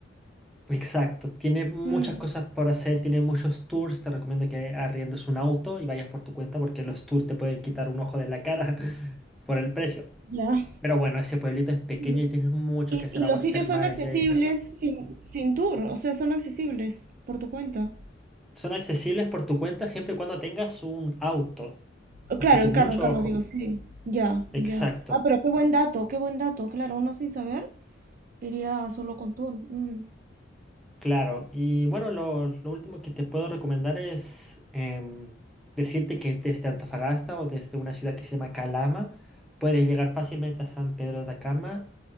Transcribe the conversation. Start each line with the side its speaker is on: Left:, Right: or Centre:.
Centre: Exacto, tiene muchas
Right: mm,
Centre: cosas por hacer, tiene muchos tours, te recomiendo que arriendes un auto y vayas por tu cuenta porque los tours te pueden quitar un ojo de la cara <laughs> por el precio.
Right: ya.
Centre: Pero bueno, ese pueblito es pequeño
Right: ya.
Centre: y tienes mucho
Right: Y,
Centre: que hacer,
Right: y
Centre: aguas
Right: los sitios
Centre: termales,
Right: son accesibles
Centre: geysers.
Right: sin, sin tour, o sea, son accesibles por tu cuenta.
Centre: Son accesibles por tu cuenta siempre y cuando tengas un auto,
Right: Oh, Claro,
Centre: así que
Right: en
Centre: mucho
Right: carro, en carro,
Centre: ojo.
Right: digo, sí. Ya,
Centre: Exacto.
Right: ya. Ah, pero qué buen dato, qué buen dato. Claro, uno sin saber iría solo con tour. Mm.
Centre: Claro, y bueno, lo, lo último que te puedo recomendar es em, decirte que desde Antofagasta o desde una ciudad que se llama Calama, puedes llegar fácilmente a San Pedro de Atacama